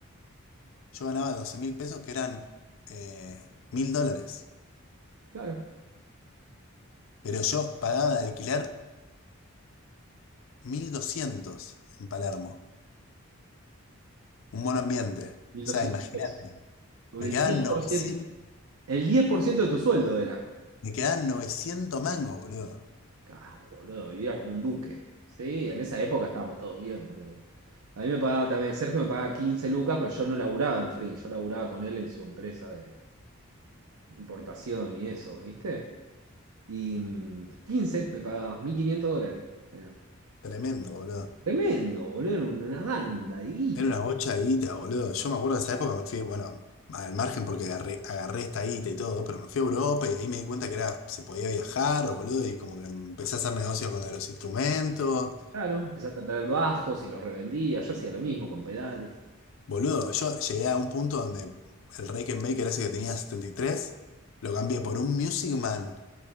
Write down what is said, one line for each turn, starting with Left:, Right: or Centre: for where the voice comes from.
Left: yo ganaba doce mil pesos que eran eh, mil dólares.
Right: Claro,
Left: Pero yo pagaba de alquiler 1200 en Palermo, un buen ambiente.
Right: mil
Left: O sea,
Right: doscientos
Left: imagínate,
Right: pesos. El
Left: me quedaban
Right: diez
Left: 900
Right: por ciento. El 10% de tu sueldo era.
Left: me quedaban novecientos mangos, boludo.
Right: Claro, boludo, vivía como un duque. Sí, en esa época estábamos todos bien, boludo. A mí me pagaba también, Sergio me pagaba 15 lucas, pero yo no laburaba en Free, yo laburaba con él en su empresa de importación y eso, ¿viste? Y mm, 15 me pagaba, 1.500 dólares eran.
Left: Tremendo, boludo.
Right: Tremendo, boludo, era una banda de guita.
Left: Era una bocha de guita, boludo. Yo me acuerdo de esa época, me fui, bueno, al margen porque agarré, agarré esta guita y todo, pero me fui a Europa y ahí me di cuenta que era, se podía viajar, boludo, y como que empecé a hacer negocio con los instrumentos.
Right: Claro, empezaste a traer bajos y los revendía, yo hacía lo mismo con pedales.
Left: Boludo, yo llegué a un punto donde el Maker ese que tenía 73 lo cambié por un Music Man